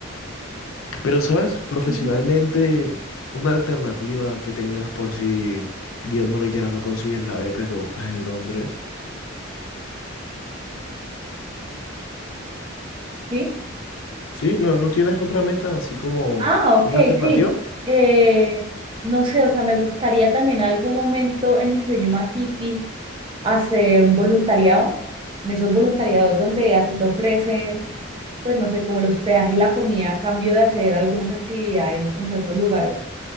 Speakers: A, on the left; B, on the right.
A: Pero, ¿sabes? Profesionalmente,
B: Ujú.
A: una alternativa que tengas por si Dios no lo quiera, no consigues la beca que buscas en Londres.
B: ¿Sí?
A: Sí, no, no tienes otra meta así como
B: Ah, ok,
A: una alternativa.
B: sí. Eh, no sé, o sea, me gustaría también algún momento en mi sueño más hippie hacer un voluntariado, en esos voluntariados donde a ti te ofrecen, pues no sé, como los hospedaje y la comida a cambio de hacer algunas actividades en ciertos lugares.